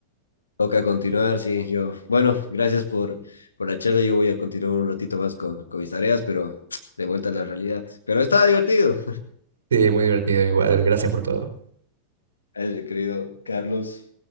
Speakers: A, on the left; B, on the right.
A: Toca continuar, sí, yo. Bueno, gracias por, por la charla. Yo voy a continuar un ratito más con, con mis tareas, pero <tsk> de vuelta a la realidad. Pero estaba divertido.
B: Sí, muy divertido igual. Gracias por todo.
A: el querido Carlos